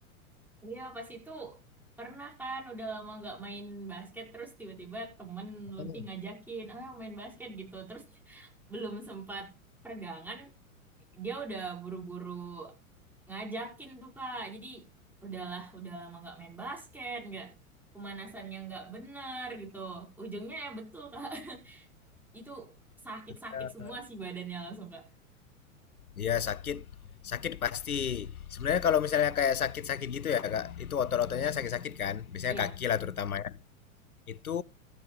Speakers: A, in the centre; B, on the left.
A: Iya, pas itu pernah kan udah lama nggak main basket terus tiba-tiba temen
B: Makanya,
A: Lutfi ngajakin, ayo main basket gitu. Terus <laughs> belum sempat pergangan, dia udah buru-buru ngajakin tuh Kak. Jadi udahlah, udah lama nggak main basket, nggak pemanasannya nggak bener gitu. Ujungnya ya betul Kak, <laughs> itu sakit-sakit
B: ya,
A: semua sih badannya langsung Kak.
B: Iya sakit, sakit pasti. Sebenarnya kalau misalnya kayak sakit-sakit gitu ya kak, itu otot-ototnya sakit-sakit kan, biasanya
A: Iya.
B: kaki lah terutama ya. Itu